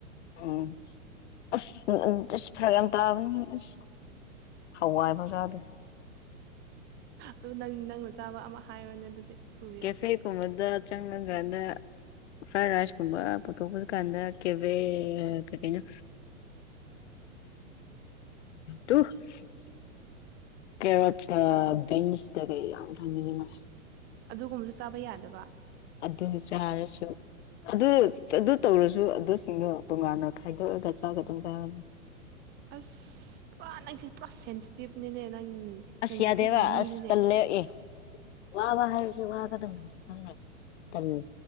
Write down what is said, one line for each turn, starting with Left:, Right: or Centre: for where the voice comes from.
Left: ꯎꯝ ꯑꯁ ꯎꯝ ꯎꯝ ꯑꯁ ꯐꯔꯛ ꯌꯥꯝ ꯇꯥꯕꯅꯤ ꯑꯁ ꯍꯋꯥꯏ ꯐꯥꯎ ꯆꯥꯗꯦ
Right: ꯑꯗꯨ ꯅꯪ ꯅꯪꯅ ꯆꯥꯕ ꯑꯃ ꯍꯥꯏꯔꯣꯅꯦ ꯑꯗꯨꯗꯤ ꯄꯨꯕꯤꯔꯛꯀꯦ
Left: ꯀꯦꯐꯦ ꯀꯨꯝꯕꯗ ꯆꯪꯉꯥ ꯀꯥꯟꯗꯥ ꯐꯥꯔ-ꯔꯥꯏꯁꯀꯨꯝꯕ ꯄꯨꯊꯣꯀꯄꯨ ꯀꯥꯟꯗ ꯀꯚꯤꯁ ꯀꯩꯅꯅꯣ ꯇꯨ <unintelligible> ꯀꯦꯔꯣꯠ ꯀꯥ ꯕꯤꯟꯁ ꯀꯩ ꯀꯩ ꯌꯥꯝ ꯊꯥꯝꯃꯤꯗꯅ
Right: ꯑꯗꯨꯒꯨꯝꯕꯁꯨ ꯆꯥꯕ ꯌꯥꯗꯕ
Left: ꯑꯗꯨ ꯆꯔꯁꯨ ꯑꯗꯨ ꯑꯗꯨ ꯇꯧꯔꯁꯨ ꯑꯗꯨꯁꯤꯡꯗꯣ ꯇꯣꯉꯥꯟꯅ ꯈꯥꯏꯗꯣꯛꯑꯒ ꯆꯥ ꯑꯗꯨꯝ ꯆꯥꯒꯅꯤ
Right: ꯑꯁ ꯄꯨꯔꯥ ꯅꯪꯁꯦ ꯄꯨꯔꯥ ꯁꯦꯟꯁꯤꯇꯤꯞꯅꯤꯅꯦ ꯅꯪ ꯁꯦꯟꯁꯤꯇꯤꯞꯀꯤ
Left: ꯑꯁ ꯌꯥꯗꯕ
Right: ꯃꯤꯅꯤꯅꯦ
Left: ꯑꯁ ꯇꯜꯂꯦ ꯑꯦ ꯋꯥ ꯋꯥ ꯍꯥꯏꯁ ꯋꯥꯒꯗꯕꯅꯩ ꯈꯪꯕꯔꯥ ꯇꯥꯜꯂꯦ